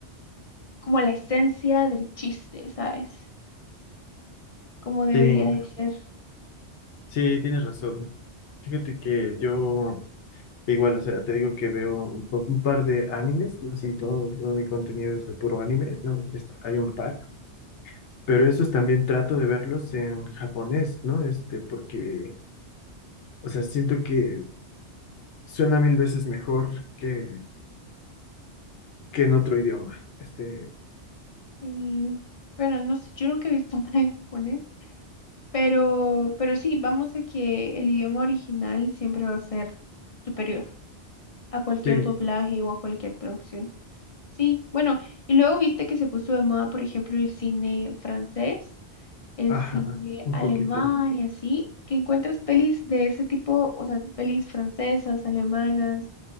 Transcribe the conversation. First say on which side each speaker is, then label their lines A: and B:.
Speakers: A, on the left; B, on the left.
A: como la esencia del chiste, ¿sabes? Como debería
B: Sí,
A: de ser.
B: sí, tienes razón. Fíjate que yo, igual, o sea, te digo que veo un, po- un par de animes, no así todo, todo mi contenido es de puro anime, ¿no? Es- hay un par, pero esos también trato de verlos en japonés, ¿no? Este, porque, o sea, siento que Suena mil veces mejor que, que en otro idioma. Este,
A: Y bueno, no sé, yo nunca he visto <laughs> nada en japonés, pero, pero sí, vamos a que el idioma original siempre va a ser superior a cualquier
B: sí,
A: doblaje o a cualquier traducción. Sí, bueno, y luego viste que se puso de moda, por ejemplo, el cine francés. el
B: ajá,
A: cine
B: un
A: alemán
B: poquito.
A: y así, que encuentras pelis de ese tipo, o sea, pelis francesas, alemanas.